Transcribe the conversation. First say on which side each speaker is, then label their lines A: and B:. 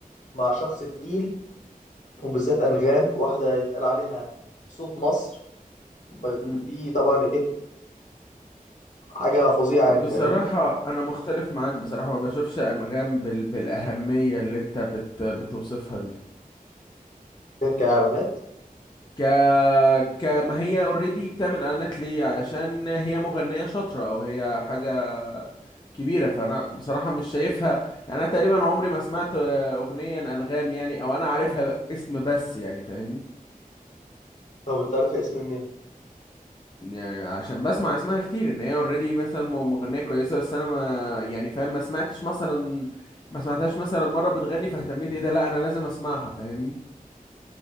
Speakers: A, on the left; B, on the left.
A: مع شخص تقيل وبالذات انغام واحده يتقال عليها صوت مصر فدي
B: مم.
A: طبعا ايه حاجه فظيعه يعني
B: بصراحة
A: فاهمني
B: أنا مختلف معاك بصراحة ما بشوفش أنغام بال... بالأهمية اللي أنت بت... بتوصفها دي
A: ك- كاعلانات
B: ك... كما هي اوريدي بتعمل إعلانات ليه علشان هي مغنية شاطرة أو هي حاجة كبيرة فأنا بصراحة مش شايفها يعني أنا تقريبا عمري ما سمعت آه، أغنية أنغام يعني أو أنا عارفها اسم بس يعني فاهمني
A: طب انت عارف اسم منين
B: يعني عشان بسمع اسمها كتير ان هي اوريدي مثلا م- مغنيه كويسه بس انا ما يعني فاهم ما سمعتش مثلا ما سمعتهاش مثلا مره بتغني فاهتميت ايه ده لا انا لازم اسمعها فاهمني